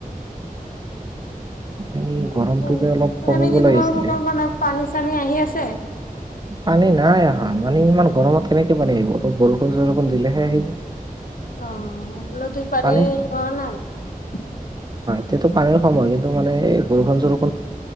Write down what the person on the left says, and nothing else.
উম
বহুতো
এনেকে
তোমালোকৰ পিনে পানী চানী আহি আছে
অহ নদীৰ পানী
হোৱা নাই